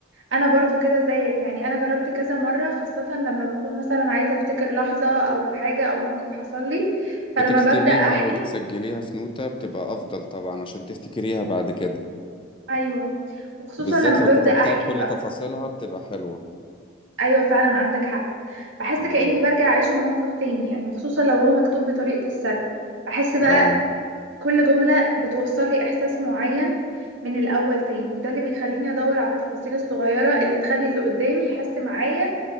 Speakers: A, on the right; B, on the left.
A: انا برضو كده زيك يعني انا جربت كذا مرة خاصة لما بكون مثلا عايزة افتكر لحظة او حاجة او موقف حصل لي
B: بتكتبيها
A: فلما ببدأ احكي
B: وبتسجليها في نوتة بتبقى افضل طبعا عشان تفتكريها بعد كده
A: ايوه وخصوصا
B: وبالذات
A: لما
B: لو
A: ببدأ
B: كتبتها
A: احكي
B: بكل
A: بقى
B: تفاصيلها بتبقى حلوة
A: ايوه فعلا عندك حق بحس
B: امم
A: كأني برجع اعيش الموقف تاني يعني وخصوصا لو هو مكتوب بطريقة السرد بحس بقى
B: اه
A: كل جملة بتوصل لي إحساس معين من الأول تاني وده اللي بيخليني أدور على التفاصيل الصغيرة اللي تخلي اللي قدامي يحس معايا